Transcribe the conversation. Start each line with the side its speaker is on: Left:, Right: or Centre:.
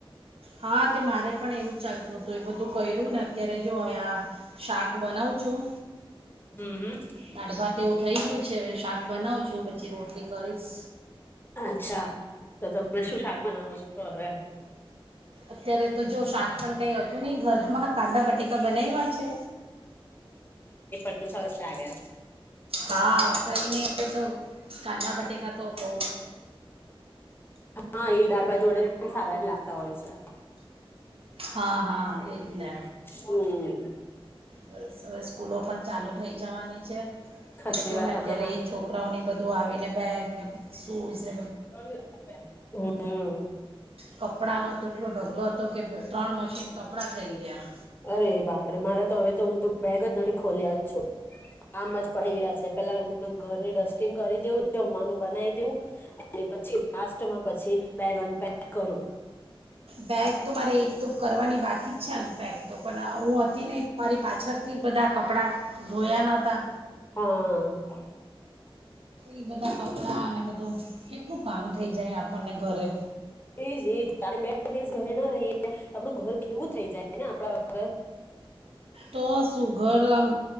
Right: હ, તે મારે પણ એવું જ ચાલતું તો એ બધું કર્યુંને અત્યારે જો કે આ શાક બનાવું છું.
Left: હમ હમ
Right: દાળ ભાત એવું થઈ ગયું છે હવે શાક બનાવું છુ પછી રોટલી કરીશ.
Left: અચ્છા તો તમે શું શાક બનાવો છો હવે
Right: અત્યારે જો શાક- પન કંઈ અતું ની ઘરમાં, કાંદા બટેકા બનાયવા છે.
Left: એમ સરસ લાગે.
Right: હા, કંઈ નહીં, એ તો- કાંદા બટેકા તો બઉ
Left: હં, એ દાળ ભાત જોડે પણ સારા જ લાગતા હોય છે.
Right: હા હા એ જ ને
Left: હમ્મ.
Right: બસ, હવે સ્કૂલો પણ ચાલુ થઇ જવાની. છે.
Left: ખરી
Right: એ જો
Left: વાત
Right: ને અત્યારે
Left: હમણાં માં
Right: એ છોકરાઓની બધું આવીને બેગ ને શું સે.
Left: <unintelligible> હમ્મ.
Right: કપડાંનો તો એટલો ઢગલો હતો. કે ત્રણ મશીન કપડાં થઈ ગયા.
Left: અરે બાપરે મારે તો હવે તો હું તો બેગ જ નથી ખોલ્યા છો આમ, જ પડી રયા છે. પેલા હું ઘરની ડસ્ટિંગ કરી દેઉં જમવાનું બનાવી દેવું. પછી લાસ્ટમાં પછી, બેગ અન પેક કરું.
Right: બેગ તો મારે એક તો કરવાની બાકી જ છે અનપેક તો પણ ઉ અતી નય. મારી પાછળથી બધા કપડાં ધોયા નતા.
Left: હા.
Right: એ બધા કપડા અને બધું કેટલું કામ થઇ જાય આપણને ઘરે.
Left: એજ એજ આપ બે દિવસ ઘરે ના રહીએ આપડું ઘર કેવું થઇ જાય ને, આપડા વગર.
Right: તો સુગર આમ.